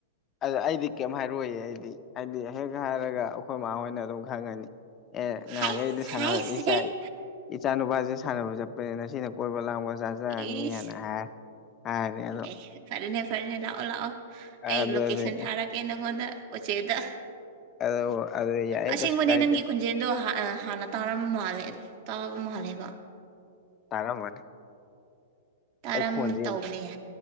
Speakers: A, on the left; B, on the right.
A: ꯑꯗꯨ ꯑꯩꯗꯤ ꯀꯩꯝ ꯍꯥꯏꯔꯣꯏꯏ ꯑꯩꯗꯤ ꯍꯥꯏꯗꯤ ꯍꯦꯛ ꯍꯥꯏꯔꯒ ꯑꯩꯈꯣꯏꯃꯥ ꯍꯣꯏꯅ ꯑꯗꯨꯝ ꯈꯪꯉꯅꯤ ꯑꯦ ꯉꯥꯡꯒ
B: ꯍꯥꯏꯁ
A: ꯏꯗꯤ ꯁꯅꯁꯥꯏ
B: ꯍꯥꯏꯁ ꯍꯥꯏꯁ
A: ꯏꯆꯥ ꯅꯨꯄꯥꯁꯦ ꯁꯥꯟꯅꯕ ꯆꯠꯄꯅꯦꯅ ꯁꯤꯅ ꯀꯣꯏꯕ ꯂꯥꯡꯕ ꯆꯖꯔꯅꯤ
B: ꯏꯁ
A: ꯍꯥꯏꯅ ꯍꯥꯏ ꯍꯥꯏꯅꯤ ꯑꯗꯣ
B: ꯑꯦ ꯐꯔꯦꯅꯦ ꯐꯔꯅꯦ ꯂꯥꯛꯑꯣ ꯂꯥꯛꯑꯣ
A: ꯑꯗꯨꯗꯤ
B: ꯑꯩ ꯂꯣꯀꯦꯁꯟ ꯊꯥꯔꯛꯀꯦ ꯅꯪꯉꯣꯟꯗ ꯎꯆꯦꯗ
A: ꯑꯗꯨ ꯑꯗꯨ ꯌꯥꯏꯌꯦ
B: ꯑꯁꯦꯡꯕꯅꯦ
A: ꯀꯩꯁꯨ ꯀꯥꯏꯗꯦ
B: ꯅꯪꯒꯤ ꯈꯨ ꯖꯦꯟꯗꯣ ꯍꯥꯟꯅ ꯇꯥꯔꯝꯕ ꯃꯥꯜꯂꯦ ꯇꯥꯕ ꯃꯥꯜꯂꯦꯕ
A: ꯇꯥꯔꯃꯅꯦ
B: ꯇꯥꯔꯝ
A: ꯑꯩ ꯈꯣꯟꯁꯦ
B: ꯇꯧꯕꯅꯦ